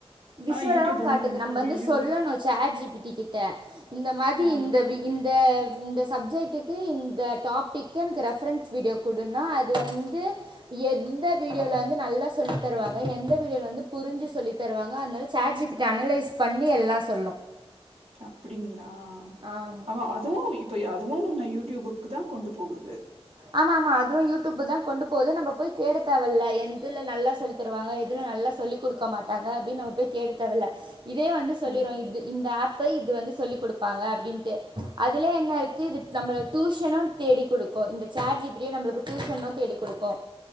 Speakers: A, on the right; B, on the right.
A: விஷுவலாவு
B: ஆனா யூடியூப் வந்து
A: காட்டுது
B: நமக்கு
A: நம்ம வந்து
B: விஜூ
A: சொல்லணு சேட் ஜி பி டி கிட்ட இந்த மாதி
B: ஆ
A: இந்த வீ இந்த இந்த சப்ஜெக்டுக்கு இந்த டாபிக்கு எனக்கு ரெஃபரன்ஸ் வீடியோ குடுனா அது வந்து எந்த வீடியோல வந்து நல்லா சொல்லி தருவாங்க எந்த வீடியோல வந்து புரிஞ்சி சொல்லித் தருவாங்க அதனால சேட் ஜி பிட்ட அனலைஸ் பண்ணி எல்லா சொல்லு
B: அப்டிங்ளா
A: ஆமா
B: அவன் அதுவு இப்பை அதுவு நா யூடியூபுக்கு தா கொண்டு போகுது
A: ஆமா ஆமா அதுவு யூடியூப்பு தா கொண்டு போது நம்ம போய் தேட தேவையில்ல எந்துல்ல நல்லா சொல்லி தருவாங்க எதுல நல்லா சொல்லிக் குடுக்க மாட்டாங்க அப்டின்னு நம்ம போய் தேட தேவல்ல இதே வந்து சொல்லிரு
B: அம்
A: இது இந்த ஆப்பை இது வந்து சொல்லி் குடுப்பாங்க அப்டின்ட்டு அதிலே என்ன இருக்கு இதுட் நம்பள டியூஷனுன் தேடி குடுக்கு இந்த சேட் ஜி பி டியே நம்பளுக்கு டியூசன்னு தேடிக் குடுக்கு